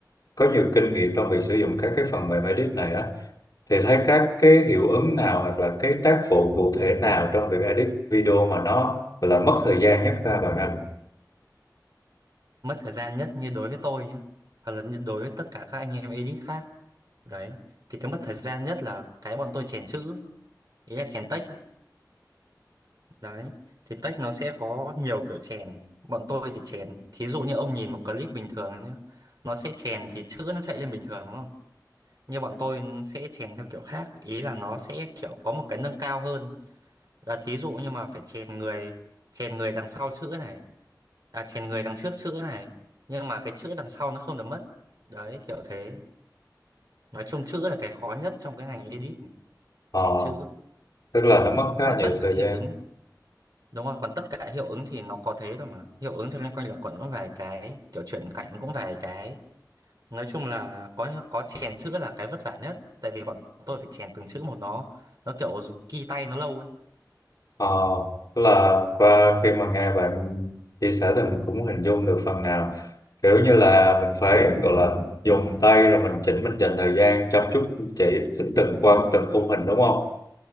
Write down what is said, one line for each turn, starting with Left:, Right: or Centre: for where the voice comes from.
Left: có nhiều kinh nghiệm trong việc sử dụng các cái phần mềm edit này á thì thấy các cái hiệu ứng nào hoặc là cái tác vụ cụ thể nào trong việc edit video mà nó gọi là mất thời gian nhất ra bạn ạ
Right: mất thời gian nhất như đối với tôi nhé hoặc là như đối với tất cả các anh em edit khác đấy thì cái mất thời gian nhất là cái bọn tôi chèn chữ ý là chèn text ấy. Đấy, thì tech nó sẽ có nhiều kiểu chèn. Bọn tôi thì chèn. Thí dụ như ông nhìn một clip bình thường nhé. Nó sẽ chèn thì chữ nó chạy lên bình thường đúng không? Như bọn tôi sẽ chèn theo kiểu khác. Ý là nó sẽ kiểu có một cái nâng cao hơn. Là thí dụ như mà phải chèn người, chèn người đằng sau chữ này. À, chèn người đằng trước chữ này. Nhưng mà cái chữ đằng sau nó không được mất. Đấy, kiểu thế. Nói chung chữ là cái khó nhất trong cái ngành edit.
Left: ờ,
Right: Chèn chữ.
Left: tức là nó mất khá
Right: Còn
Left: nhiều
Right: tất cả
Left: thời gian
Right: hiệu ứng. Đúng rồi, còn tất cả hiệu ứng thì nó có thế thôi mà. Hiệu ứng thì loanh quanh luẩn quẩn cũng vài cái, kiểu chuyển cảnh cũng vài cái. Nói chung là có có chèn chữ là cái vất vả nhất, tại vì bọn tôi phải chèn từng chữ một nó, nó kiểu ghi tay nó lâu ấy.
Left: ờ, tức là qua khi mà nghe bạn chia sẻ thì mình cũng hình dung được phần nào kiểu như là mình phải gọi là dùng tay rồi mình chỉnh mình dành thời gian chăm chút chỉ từng từng qua từng khung hình đúng không